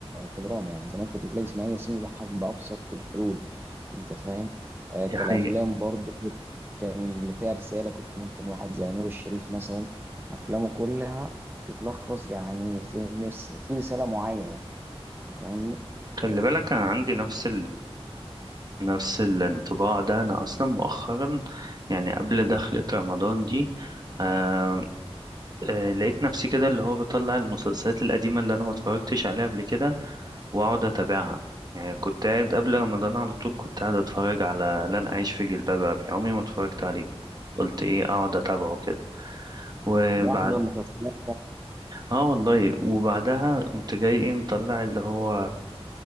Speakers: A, on the right; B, on the right.
A: كدراما يعني زمان كنت تلاقي اسماعيل ياسين يضحك بأبسط الحلول أنت فاهم آه كالأفلام
B: دي حقيقة
A: برضو كان اللي فيها رسالة كنت ممكن واحد زي نور الشريف مثلا أفلامه كلها بتتلخص يعني في نفس في رسالة معينة أنت فاهمني؟
B: خلي بالك أنا عندي نفس نفس الانطباع ده أنا أصلا مؤخرا يعني قبل دخلة رمضان دي آه آه لقيت نفسي كده اللي هو بطلع المسلسلات القديمة اللي أنا ما اتفرجتش عليها قبل كده وأقعد أتابعها يعني كنت قاعد قبل رمضان على طول كنت قاعد أتفرج على لن أعيش في جلباب أبي عمري ما اتفرجت عليه قلت إيه أقعد أتابعه كده وبعد
A: واحنا المسلسلات
B: اه والله وبعدها قمت جاي ايه مطلع اللي هو